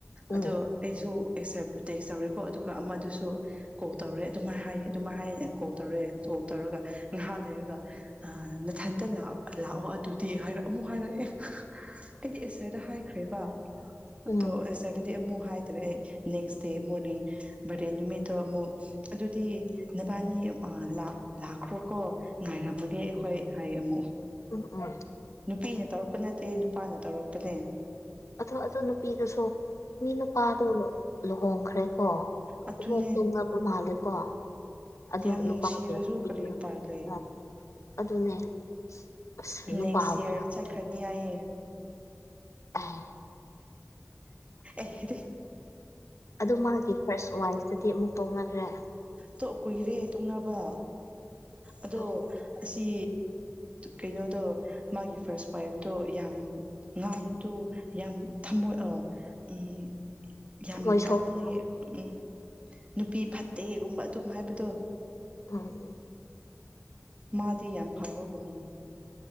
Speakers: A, on the left; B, on the right.
A: ꯎꯝ
B: ꯑꯗꯣ ꯑꯩꯁꯨ ꯑꯦꯛꯁꯔꯄ ꯇꯦꯛꯁ ꯇꯧꯔꯦꯀꯣ ꯑꯗꯨꯒ ꯑꯃꯗꯨꯁꯨ ꯀꯣꯜ ꯇꯧꯔꯦ ꯑꯗꯨꯃꯥꯏ ꯍꯥꯏꯌꯦ ꯑꯗꯨꯃꯥꯏ ꯍꯥꯏꯅꯦ ꯀꯣꯜ ꯇꯧꯔꯦ ꯀꯣꯜ ꯇꯧꯔꯒ ꯍꯥꯦꯒ <inaudible> <unintelligible> ꯅꯊꯟꯇ ꯂꯥꯛꯑꯣ ꯑꯗꯨꯗꯤ ꯍꯥꯏꯔꯛ ꯑꯃꯨꯛ ꯍꯥꯏꯔꯛꯑꯦ ꯑꯩꯗꯤ ꯑꯦꯁꯥꯏꯗ ꯍꯥꯏꯈ꯭ꯔꯦꯕ ꯑꯗꯣ
A: ꯎꯝ
B: ꯁꯦꯇꯔꯗꯦ ꯑꯃꯨꯛ ꯍꯥꯏꯗ꯭ꯔꯦ ꯑꯩ ꯅꯦꯛꯁ ꯗꯦ ꯃꯣꯔꯅꯤꯡ ꯕꯔꯗꯦ ꯅꯨꯃꯤꯠꯇꯣ ꯑꯃꯨꯛ ꯑꯗꯨꯗꯤ ꯅꯕꯥꯅꯤ ꯂꯥꯛꯈ꯭ꯔꯣ ꯀꯣ ꯉꯥꯏꯔꯝꯃꯒꯦ ꯑꯩꯈꯣꯏ ꯍꯥꯏꯌꯦ ꯑꯃꯨꯛ
A: ꯎꯝ ꯎꯝ
B: ꯅꯨꯄꯤꯅ ꯇꯧꯔꯛꯄ ꯅꯠꯇꯦ ꯑꯠꯇꯦ ꯅꯨꯄꯥꯅ ꯇꯧꯔꯛꯄꯅꯦ
A: ꯑꯣ ꯑꯗꯨ ꯅꯨꯄꯤꯗꯨꯁꯨ ꯃꯤ ꯅꯨꯄꯥꯗꯣ ꯂꯨꯍꯣꯡ ꯀꯈ꯭ꯔꯦ ꯀꯣ
B: ꯑꯗꯨꯅꯦ
A: ꯏꯣꯛ ꯇꯣꯡꯉ ꯑꯗꯨ ꯃꯥꯜꯂꯦ ꯀꯣ ꯑꯗꯨꯣ
B: ꯌꯥꯝ
A: ꯅꯨꯄꯥꯒꯤ
B: ꯅꯨꯡꯁꯤꯔꯁꯨ
A: ꯅꯨꯄꯤꯅ
B: ꯀꯔꯤ ꯎꯄꯥꯏ ꯂꯩ
A: ꯑ ꯑꯗꯨꯅꯦ ꯑꯁ ꯅꯨꯄꯥꯕꯨ
B: ꯅꯦꯛꯁ ꯏꯌꯥꯔ ꯆꯠꯈ꯭ꯔꯅꯤ ꯌꯥꯏꯌꯦꯦ
A: ꯎꯝ
B: ꯑꯩꯗꯤ
A: ꯑꯗꯨ ꯃꯥꯒꯤ ꯐꯥꯔꯁ ꯋꯥꯏꯐꯇꯗꯤ ꯑꯃꯨꯛ ꯄꯥꯎꯅꯈ꯭ꯔꯦ
B: ꯇꯣ ꯀꯨꯏꯔꯦ ꯇꯨꯡꯅꯕ ꯑꯗꯣ
A: ꯎꯝ
B: ꯑꯁꯤ ꯀꯩꯅꯣꯗꯣ ꯃꯥꯒꯤ ꯐꯥꯔꯁ ꯋꯥꯏꯐꯇꯣ ꯌꯥꯝ ꯉꯥꯡꯕꯗꯨ ꯌꯥꯝ ꯊꯝꯃꯣꯏ ꯑꯥ ꯎꯝꯝ ꯌꯥꯝ
A: ꯊꯃꯣꯏ ꯁꯣꯛꯅ
B: ꯀꯜꯂꯦ ꯎꯝ ꯅꯨꯄꯤ ꯐꯠꯇꯦꯒꯨꯝꯕ ꯑꯗꯨꯝ ꯍꯥꯏꯕꯗꯣ
A: ꯎꯝ ꯎꯝ
B: ꯃꯥꯗꯤ ꯌꯥꯝ ꯐꯕꯒꯨꯝꯅꯤ